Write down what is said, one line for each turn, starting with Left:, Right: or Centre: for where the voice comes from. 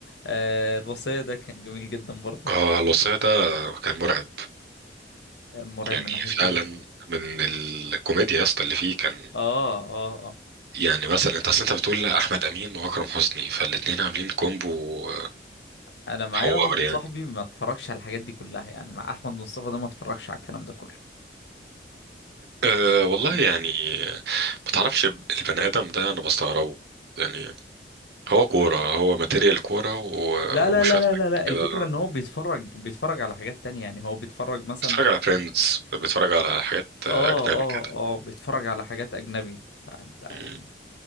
Left: آه الوصية ده كان جميل جدا برضه
Right: اه الوصية ده كان مرعب
Left: مرعب
Right: يعني
Left: من ناحية ايه
Right: فعلا من الكوميديا يا اسطى اللي فيه كان
Left: اه اه اه
Right: يعني مثلا انت اصل انت بتقول احمد امين واكرم حسني فالاتنين عاملين كومبو
Left: انا معايا
Right: حوار
Left: واحد
Right: يعني
Left: صاحبي ما اتفرجش على الحاجات دي كلها يعني مع احمد مصطفى ده ما اتفرجش على الكلام ده كله
Right: أه والله
Left: و...
Right: يعني ما تعرفش البني ادم ده انا بستغربه يعني هو كورة هو ماتيريال كورة و-
Left: لا لا
Right: وشوية
Left: لا لا
Right: حاجات
Left: لا لا
Right: كده
Left: الفكرة ان هو بيتفرج بيتفرج على حاجات تانية يعني هو بيتفرج مثلا
Right: بتفرج على فريندز بتفرج على حاجات آه،
Left: اه
Right: اجنبي
Left: اه
Right: كده
Left: اه بيتفرج على حاجات اجنبي فانت يعني
Right: مم.